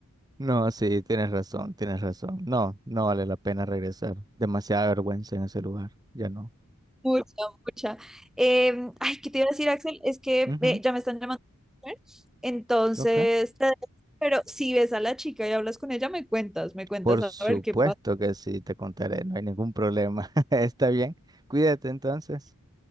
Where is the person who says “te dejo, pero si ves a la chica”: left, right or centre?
Centre